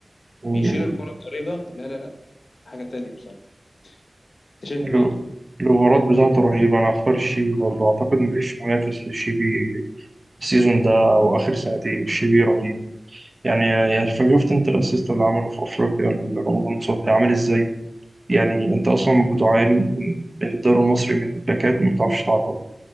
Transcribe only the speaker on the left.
بيشيل الكره بطريقه لا لا لا حاجه تانيه بصراحه انت شايف
مين